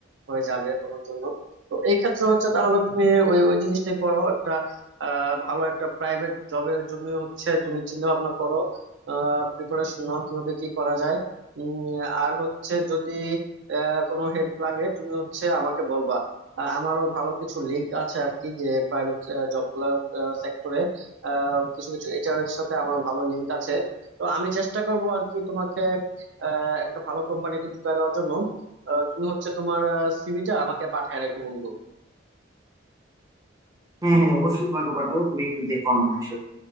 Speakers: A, on the right; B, on the right.
A: হয়ে যাবে তোমার জন্য তো এই ক্ষেত্রে হচ্ছে তাহলে তুমি ওই ওই জিনিসটাই করো একটা আহ ভালো একটা প্রাইভেট জবের জন্য হচ্ছে তুমি চিন্তা ভাবনা করো আহ প্রিপারেশন নাও কিভাবে কি করা যায় উম আর হচ্ছে যদি আহ কোনো হেল্প লাগে তুমি হচ্ছে আমাকে বলবা আহ, আমারও ভালো কিছু লিঙ্ক আছে আর কি যে প্রাইভেট জব গুলার সেক্টরে কিছু কিছু এইচআর এর সাথে আমার ভালো লিঙ্ক আছে তো আমি চেষ্টা করব আর কি তোমাকে আহ, একটা ভালো কোম্পানিতে ঢুকিয়ে দেওয়ার জন্য আহ, তুমি হচ্ছে তোমার সিভিটা আমাকে পাঠায় রাখো বন্ধু
B: হ্যাঁ হ্যাঁ অবশ্যই তোমাকে পাঠাবো তুমি একটু দেখো আমার বিষয়টা